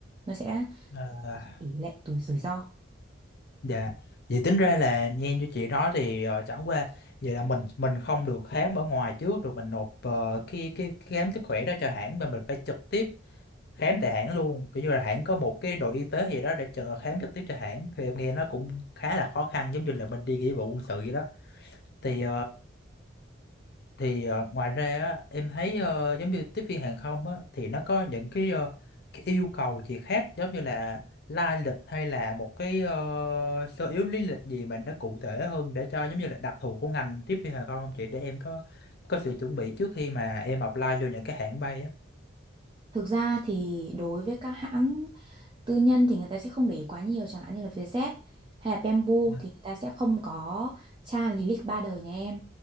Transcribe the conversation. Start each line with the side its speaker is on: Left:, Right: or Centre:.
Right: nó sẽ
Left: À,
Right: tỷ lệ rủi rủi ro
Left: dạ. Vậy tính ra là nghe như chị nói thì ờ, chẳng qua vậy là mình mình không được khám ở ngoài trước rồi mình nộp ờ, cái cái cái khám sức khỏe đó cho hãng mà mình phải trực tiếp khám tại hãng luôn kiểu như là hãng có một cái đội y tế gì đó để chờ khám trực tiếp cho hãng thì em nghe nó cũng khá là khó khăn giống như là mình đi nghĩa vụ quân sự vậy đó thì thì ờ, ngoài ra á, em thấy ờ, giống như tiếp viên hàng không á, thì nó có những cái, ờ, cái yêu cầu gì khác giống như là lai lịch hay là một cái ờ, sơ yếu lý lịch gì mà nó cụ thể hơn để cho giống như là đặc thù của ngành tiếp viên hàng không không chị để em có có sự chuẩn bị trước khi mà em apply vô những cái hãng bay á.
Right: Thực ra thì đối với các hãng tư nhân thì người ta sẽ không để ý quá nhiều chẳng hạn như là Vietjet hay là Bamboo
Left: Dạ.
Right: thì người ta sẽ không có tra lý lịch ba đời nhà em.